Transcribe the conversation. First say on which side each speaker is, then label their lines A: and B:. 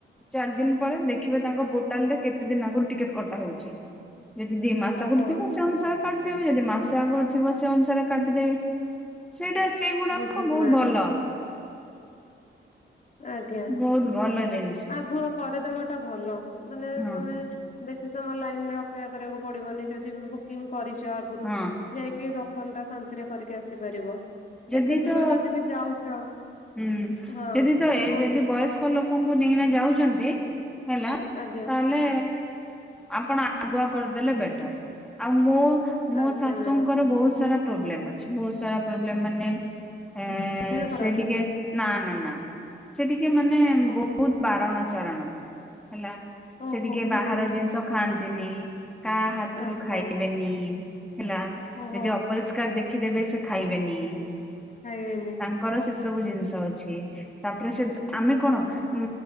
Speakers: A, in the centre; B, on the left.
A: ଚାରି ଦିନ ପରେ ଦେଖିବେ ତାଙ୍କ ପୋର୍ଟାଲ ରେ କେତେ ଦିନ ଆଗରୁ ଟିକେଟ କଟା ହଉଛି। ଯଦି ଦି ମାସ
B: ଓହୋ
A: ଆଗରୁ ଥିବ ସେ ଅନୁସାରେ କାଟିଦେବେ ଯଦି ମାସ ଆଗରୁ ଥିବ ସେ ଅନୁସାରେ କାଟିଦେବେ। ସେଇଟା ସେଇଗୁଡାକ
B: ବୁଝିଲି
A: ବହୁତ
B: ମ୍ୟାଡାମ
A: ଭଲ।
B: ଆଜ୍ଞା
A: ବହୁତ ଭଲ ଜିନିଷ।
B: ଆଗୁଆ କରିଦବାଟା ଭଲ ମାନେ
A: ହଁ
B: ତମେ ବେଶୀ ସମୟ ଲାଇନ ରେ ଅପେକ୍ଷା କରିବାକୁ ପଡିବନି ଯଦି ବୁକିଂ କରିଛ ଆଗରୁ
A: ହଁ
B: ଯାଇକି ଦ ର୍ଶନ ଟା ଶାନ୍ତିରେ କରିକି ଆସିପାରିବ।
A: ଯଦି
B: ଏତେ ଦୂର
A: ତ
B: ଯଦି ବି ଯାଉଛ
A: ହୁଁ
B: ହଁ
A: ଯଦି ତ ଏଜ୍
B: କୁହନ୍ତୁ
A: ଯଦି ବୟସ କ ଲୋକଙ୍କୁ ନେଇନା ଯାଉଛନ୍ତି ହେଲା
B: ଆଜ୍ଞା
A: ତାହେଲେ ଆପଣ ଆଗୁଆ କରିଦେଲେ ବେଟର ଆଉ ମୋ ମୋ
B: ଆଜ୍ଞା
A: ଶାଶୁଙ୍କର
B: ମ୍ୟାଡାମ
A: ବହୁତ ସାରା ପ୍ରୋବ୍ଲେମ୍ ଅଛି ବହୁତ ସାରା ପ୍ରୋବ୍ଲେମ୍ ମାନେ ଏ
B: ଦେହ ଖରାପ
A: ସେ ଟିକେ ନା ନା ନା ସେ ଟିକେ ମାନେ
B: ଓହୋ।
A: ବହୁତ ବାରଣ ଚାରଣ ହେଲା।
B: ଓହୋ
A: ସେ ଟିକେ
B: ହୋ
A: ବାହାର
B: ବୁଝିଲି
A: ଜିନିଷ ଖାଆନ୍ତିନି କାହା ହାତରୁ
B: ଆଚ୍ଛା
A: ଖାଇବେନି। ହେଲା
B: ଓହୋ
A: ଯଦି ଅପରିଷ୍କାର ଦେଖିଦେବେ ସେ ଖାଇବେନି।
B: ଖାଇବେନି
A: ତାଙ୍କର ସେ ସବୁ ଜିନିଷ ଅଛି ତାପରେ ସେ ଆମେ କଣ
B: ଓହୋ
A: ଉ